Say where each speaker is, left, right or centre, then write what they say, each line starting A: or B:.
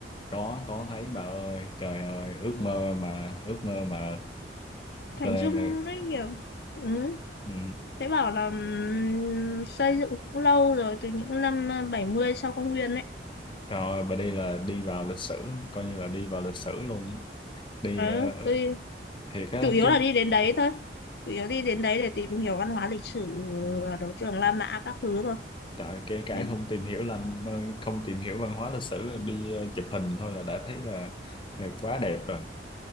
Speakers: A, on the left; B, on the left.
A: có có thấy bà ơi, trời ơi, ước mơ mà ước mơ mà
B: Thành
A: cho nên
B: Dung
A: là
B: rất nhiều ừ.
A: ừ,
B: thế bảo là ừm, xây dựng cũng lâu rồi từ những năm à, 70 sau công nguyên đấy
A: trời ơi, bà đi là đi vào lịch sử, coi như là đi vào lịch sử luôn đi
B: ừ,
A: ờ,
B: tôi
A: thì cái
B: chủ yếu
A: cái
B: là đi đến đấy thôi chủ yếu đi đến đấy để tìm hiểu văn hóa lịch sử
A: ừ,
B: ờ, đấu trường La Mã các thứ thôi
A: trời kể cả
B: thế
A: không tìm hiểu làm ờ, không tìm hiểu văn hóa lịch sử đi ờ, chụp hình thôi là đã thấy là là quá đẹp rồi